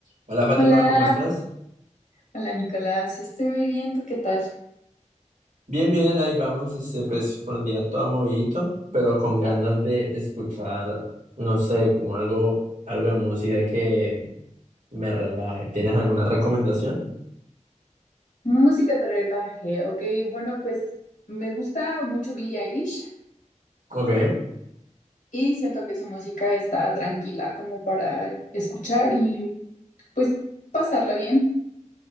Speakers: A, on the right; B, on the left.
A: Hola Fátima,
B: Hola,
A: ¿cómo estás?
B: hola Nicolás, estoy muy bien, ¿tú qué tal?
A: Bien, bien, ahí vamos, este, pues con el día todo movidito, pero con ganas de escuchar, no sé, como algo, algo de música que me relaje. ¿Tienes alguna recomendación?
B: Música te relaje, ok, bueno, pues me gusta mucho Billie Eilish
A: Ok,
B: y siento que su música está tranquila como para escuchar y pues pasarla bien.